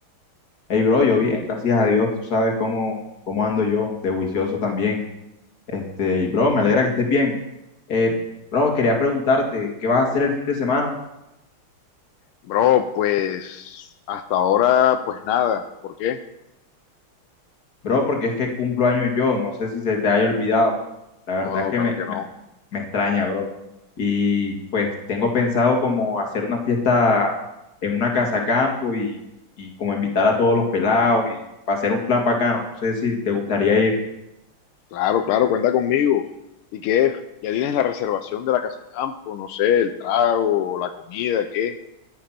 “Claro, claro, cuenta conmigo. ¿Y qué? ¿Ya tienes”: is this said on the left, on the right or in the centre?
Left